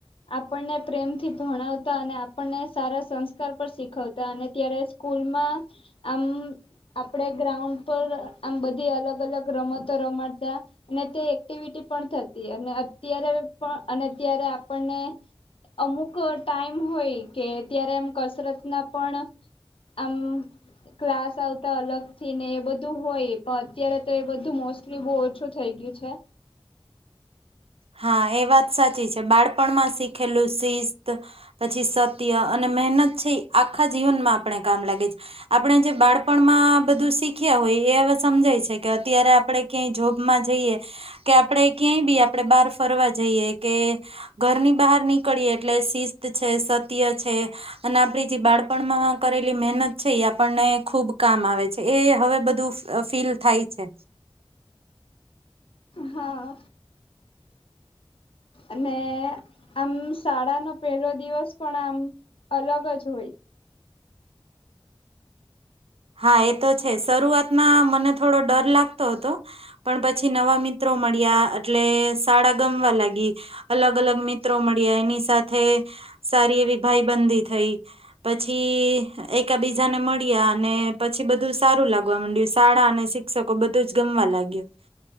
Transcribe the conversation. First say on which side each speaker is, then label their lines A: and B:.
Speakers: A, on the left (about 65°); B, on the right (about 75°).
A: આપણને પ્રેમથી ભણાવતા અને આપણને સારા સંસ્કાર પર શીખવતા અને ત્યારે સ્કૂલમાં આમ આપડે ગ્રાઉન્ડ પર આમ બધી અલગ અલગ રમતો રમાડતા અને તે એક્ટિવિટી પણ થતી અને અત્યારે પણ અને અત્યારે આપણને અમુક ટાઈમ હોય કે અત્યારે એમ કસરતના પણ આમ ક્લાસ આવતા અલગથી ને એ બધું હોય પણ અત્યારે તો એ બધું મોસ્ટલી બહુ ઓછું થઈ ગ્યું છે
B: હા એ વાત સાચી છે બાળપણમાં શીખેલું શિસ્ત પછી સત્ય અને મહેનત છે આખા જીવનમાં આપણે કામ લાગે છે આપણે જે બાળપણમાં બધું શીખ્યા હોય એવા સમજાય છે કે અત્યારે આપણે ક્યાંય જોબમાં જઈએ કે આપણેે ક્યાંય બી આમ આપણે બહાર ફરવા જઈએ કે ઘરની બહાર નીકળીએ એટલે શિસ્ત છે સત્ય છે અને આપડી જે બાળપણમાં કરેલી મહેનત છે એ આપણને ખૂબ કામ આવે છે એ હવે બધું ફીલ થાય છે
A: હા અને આમ શાળાનો પેલો દિવસ પણ આમ અલગ જ હોય
B: હા એ તો છે શરૂઆતમાં મને થોડો ડર લાગતો હતો પણ પછી નવા મિત્રો મળ્યા એટલે શાળા ગમવા લાગી અલગ અલગ મિત્રો મળ્યા એની સાથે સારી એવી ભાઈબંધી થઈ પછી એકા બીજાને મળ્યા અને પછી બધું સારું લાગવા માંડ્યું શાળા અને શિક્ષકો બધું જ ગમવા લાગ્યું